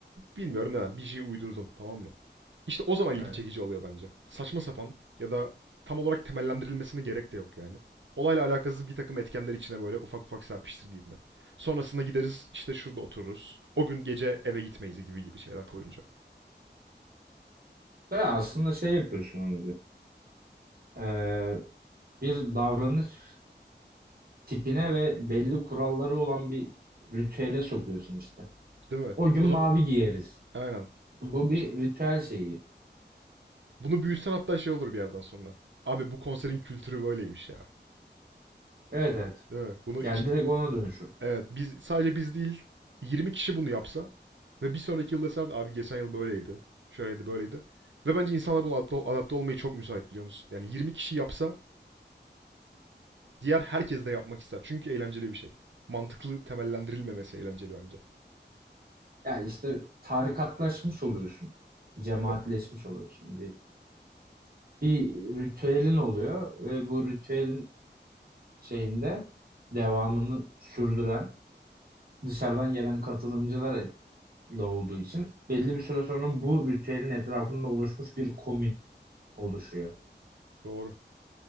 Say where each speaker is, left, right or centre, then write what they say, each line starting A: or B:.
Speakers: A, on the right; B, on the right.
A: Bilmiyorum neden. Bir şey uydurdum tamam mı? İşte o zaman ilgi
B: Evet.
A: çekici oluyor bence. Saçma sapan ya da tam olarak temellendirilmesine gerek de yok yani. Olayla alakasız bir takım etkenler içine böyle ufak ufak serpiştirdiğinde. Sonrasında gideriz işte şurada otururuz. O gün gece eve gitmeyiz gibi gibi şeyler koyunca.
B: Da aslında şey yapıyorsun onu e, bir davranış tipine ve belli kuralları olan bir ritüele sokuyorsun işte.
A: Değil mi?
B: O gün
A: O
B: mavi
A: zaman
B: giyeriz.
A: aynen.
B: Bu bir
A: İşte
B: ritüel şeyi.
A: bunu büyütsen hatta şey olur bir yerden sonra. Abi bu konserin kültürü böyleymiş ya.
B: Evet evet.
A: Değil mi? Bunu
B: Yani direkt ona dönüşür.
A: Evet biz sadece biz değil 20 kişi bunu yapsa ve bir sonraki yıl deseler abi geçen yıl böyleydi. Şöyleydi böyleydi. Ve bence insanlar buna adapte, adapte olmayı çok müsait biliyor musun? Yani 20 kişi yapsa diğer herkes de yapmak ister. Çünkü eğlenceli bir şey. Mantıklı temellendirilmemesi eğlenceli bence.
B: Yani işte tarikatlaşmış oluyorsun. Cemaatleşmiş
A: Doğru.
B: oluyorsun. Bir, bir ritüelin oluyor ve bu ritüelin şeyinde devamını sürdüren dışarıdan gelen katılımcılar et- da olduğu için belli bir süre sonra bu ritüelin etrafında oluşmuş bir komün oluşuyor.
A: Doğru.